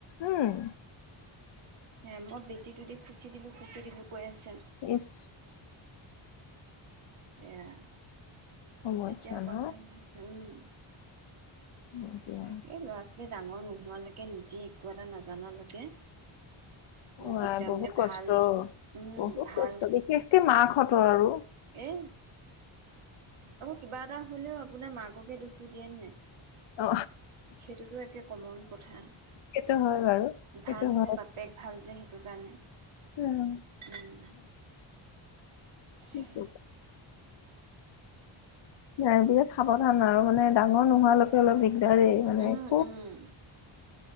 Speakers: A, on the left; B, on the right.
A: উম
B: হে মই বেজিটো দি খুচি দিলো খুচি দিলো কৈ আছে
A: ইছ
B: সেয়া
A: সমস্যা
B: তাকেই অকণ
A: ন
B: ভাল হৈছে উম
A: হয় কিয়
B: তাকে ল'ৰা ডাঙৰ নোহোৱালৈকে নিজে একো এটা নাজানালৈকে বহুত
A: অ‌
B: দিগদাৰ
A: আই বহুত
B: মানে ভাল
A: কষ্ট
B: উম
A: বহুত
B: ভাল
A: কষ্ট বিশেষকে মাকঁতৰ আৰু
B: এই আকৌ কিবা এটা হলেও আপোনাৰ মাককে দুখটো দিয়ে ন নাই
A: অ
B: সেইটোতো একে কমন কথা
A: সেইটো হয় বাৰু সেইটো
B: ভাল হলে
A: হয়
B: বাপেক ভাল যে সেইটো কাৰণে
A: উম,
B: উম। উম
A: কি কৰিবা। নাই বিৰাট সাৱধান আৰু মানে, ডাঙৰ নোহোৱালৈকে অলপ দিগদাৰেই মানে!
B: উম,
A: খুব
B: উম।